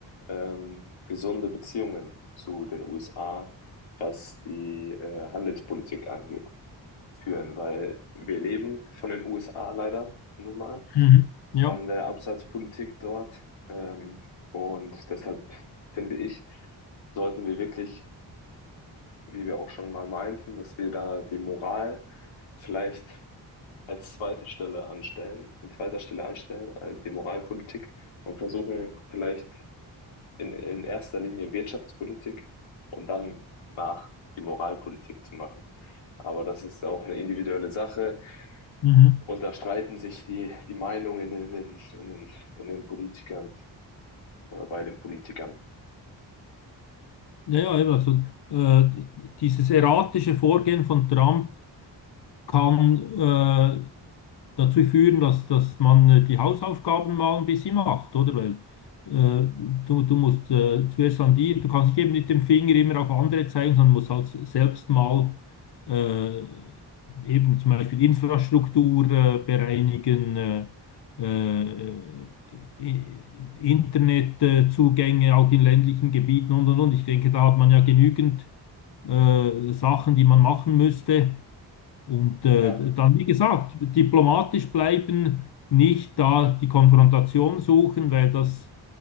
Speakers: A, on the left (about 90°); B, on the left (about 60°).
A: ähm, gesunde Beziehungen zu den USA, was die äh, Handelspolitik angeht, führen, weil wir leben von den USA leider nun mal,
B: Mhm. Ja,
A: von der Absatzpolitik dort. Ähm, und deshalb finde ich, sollten wir wirklich wie wir auch schon mal meinten, dass wir da die Moral vielleicht als zweite Stelle anstellen, an zweiter Stelle anstellen, also die Moralpolitik und versuchen vielleicht in, in erster Linie Wirtschaftspolitik und dann nach die Moralpolitik zu machen. Aber das ist auch eine individuelle Sache
B: mhm.
A: und da streiten sich die, die Meinungen in den, in den, in den Politikern oder bei den Politikern.
B: Ja, ja, eben, also äh, dieses erratische Vorgehen von Trump kann äh, dazu führen, dass, dass man äh, die Hausaufgaben mal ein bisschen macht, oder? Weil äh, du, du musst äh, zuerst an die, du kannst nicht eben mit dem Finger immer auf andere zeigen, sondern musst halt selbst mal äh, eben zum Beispiel Infrastruktur äh, bereinigen, äh, äh, I- Internetzugänge auch in ländlichen Gebieten und und und. Ich denke, da hat man ja genügend äh, Sachen, die man machen müsste und äh,
A: Ja,
B: dann, wie gesagt, diplomatisch bleiben, nicht da die Konfrontation suchen, weil das,